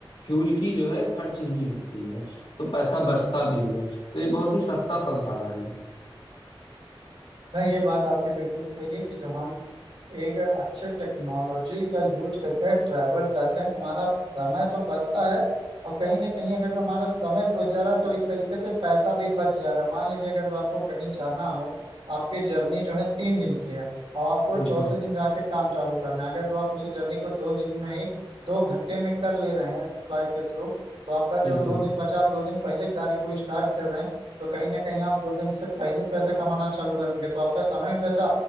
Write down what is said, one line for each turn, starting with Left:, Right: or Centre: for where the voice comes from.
Left: फ्यूल की जो है खर्च नहीं होती है तो पैसा बचता भी है तो ये बहुत ही सस्ता संसाधन है
Right: नहीं ये बात आपकी बिल्कुल सही है कि जब हम एक अच्छे टेक्नोलॉजी का यूज करके ट्रैवल करते हैं तुम्हारा समय तो बचता है और कहीं ना कहीं अगर जो हमारा समय बच जा रहा है तो एक तरीके से पैसा भी बच जा रहा है मान लीजिए अगर जो आपको कहीं जाना हो आपकी जर्नी जो है तीन दिन की है और आपको
Left: बिल्कुल
Right: चौथे दिन जाके काम चालू करना है अगर जो आप उसी जर्नी को दो दिन में ही दो घंटे में कर ले रहे हैं फ्लाइट के थ्रू तो आपका
Left: बिल्कुल
Right: जो दो दिन बचा आप दो दिन पहले कार्य को स्टार्ट कर रहे हैं तो कहीं ना कहीं आप दो दिन से पहले पैसे कमाना चालू करेंगे तो आपका समय भी बचा